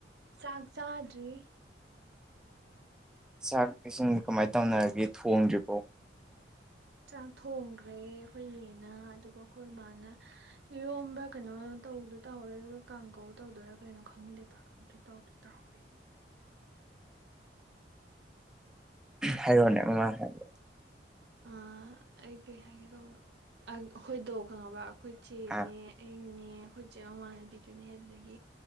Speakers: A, on the right; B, in the centre.
A: ꯆꯥꯛ ꯆꯥꯗ꯭ꯔꯤ
B: ꯆꯥꯛ ꯏꯁꯤꯡ ꯀꯃꯥꯏꯅ ꯇꯧꯅꯔꯒꯦ ꯊꯣꯡꯗ꯭ꯔꯤꯕꯣ
A: ꯆꯥꯛ ꯊꯣꯡꯈ꯭ꯔꯦ ꯑꯩꯈꯣꯏ ꯅꯦꯅ ꯑꯗꯨꯒ ꯑꯩꯈꯣꯏ ꯃꯥꯅ ꯏꯔꯣꯝꯕ ꯀꯩꯅꯣ ꯇꯧꯗꯣꯏ ꯇꯧꯍꯧꯔꯦ ꯑꯗꯨꯒ ꯀꯥꯡꯍꯧ ꯇꯧꯗꯣꯏꯔꯥ ꯀꯩꯅꯣ ꯈꯪꯗꯦꯕ ꯑꯗꯨ ꯇꯧꯗꯣꯏ ꯇꯧꯍꯧꯔꯤ
B: ꯍꯥꯏꯔꯣꯅꯦ ꯃꯃꯥꯡ ꯍꯥꯏꯕꯗꯣ
A: ꯑ ꯑꯩ ꯀꯩ ꯍꯥꯏꯒꯦ ꯇꯧꯕꯅꯣ ꯑꯩꯈꯣꯏꯗꯣ ꯈꯪꯉꯕꯥ ꯑꯩꯈꯣꯏ ꯆꯦꯅꯦ
B: ꯑꯥ
A: ꯑꯩꯅꯦ ꯑꯩꯈꯣꯏꯆꯦ ꯃꯃꯥꯟꯅꯕꯤꯗꯨꯅꯦ ꯑꯗꯨꯗꯒꯤ